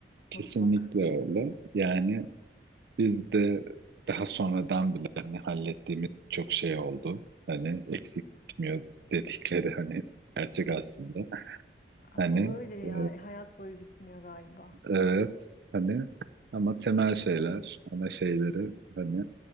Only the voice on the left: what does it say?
Mutfak.
A-
O öyle ya
hayat boyu bitmiyor galiba.